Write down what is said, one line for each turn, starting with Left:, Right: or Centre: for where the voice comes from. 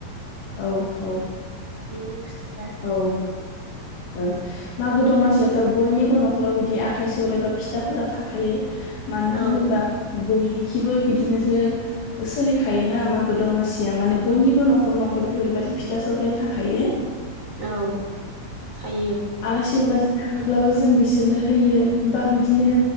Left: औ औ।
Right: <inaudible>
Left: औ। ओ मागो दमासियावथ' आरो बयनिबो न'खराव बिदि आखाइ सौराइबा फिथाफोरा थाखायो। मानो
Right: औ
Left: होनोबा बय इखिबो बिदिनोसो सोलिखायोना मागो दमासिया माने बयनिबो न'खर न'खर बेफोरबायदि फिथा सौराया थाखायो।
Right: औ। थायो
Left: आलासि उलासि थाङोब्लाबो जों बिसोरनो होयो बा बिदिनो